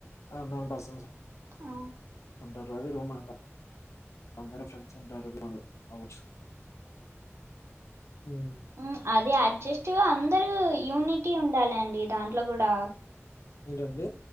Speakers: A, on the left; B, on the right.
A: ఆనోన్ పర్సన్స్
B: అవు
A: ఉంటారు అదే రూమ్ అనుకో అందరు ఫ్రెండ్స్ ఉంటారు గా అవచ్చు ఉమ్మ్
B: ఉమ్మ్ అది అడ్జస్ట్ అందరు యూనిటీ ఉండాలి అండి దాంట్లో కూడా
A: ఏంటండి